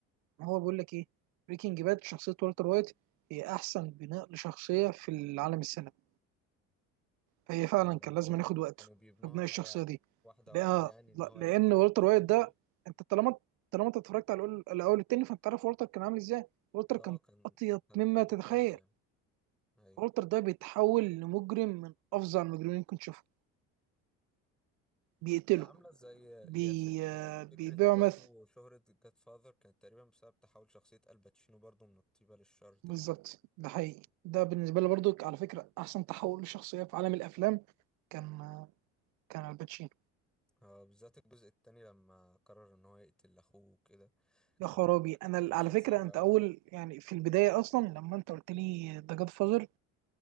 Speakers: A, on the right; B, in the centre.
A: ما هو بيقول لك ايه بريكنج باد شخصيه والتر وايت هي احسن بناء لشخصيه في العالم السينمائي هي فعلا
B: اللي
A: كان لازم
B: هي
A: ياخد وقته
B: كانوا بيبنوها
A: في بناء
B: حاجة
A: الشخصيه دي
B: واحدة واحدة
A: لأ
B: يعني ان
A: لأ-
B: هو
A: لان
B: يتح-
A: والتر
B: التحول
A: وايت ده انت طالما طالما انت اتفرجت على الأول- الاول التاني فانت عارف والتر كان عامل ازاي والتر
B: اه
A: كان
B: كان
A: اطيب
B: كان
A: مما
B: راجل
A: تتخيل
B: طيب يعني ايوه
A: والتر ده بيتحول لمجرم من افظع المجرمين اللي ممكن تشوفه بيقتله
B: هي عامله زي
A: بي...
B: هي فكره
A: آه، بيبيعه
B: فكره برضو
A: مثل
B: شهره جاد فاذر كانت تقريبا بسبب تحول شخصيه الباتشينو برضو من الطيبه للشر تقريبا
A: بالظبط ده حقيقي ده بالنسبه لي برضو على فكره احسن تحول لشخصيه في عالم الافلام كان كان الباتشينو
B: آه بالذات الجزء التاني لما قرر ان هو يقتل اخوه كده
A: يا
B: كان
A: خرابي انا
B: كانت
A: ال-
B: مشهد
A: على فكره
B: صعب
A: انت
B: قوي
A: اول يعني في البدايه اصلا لما انت قلت لي ذا جاد فازر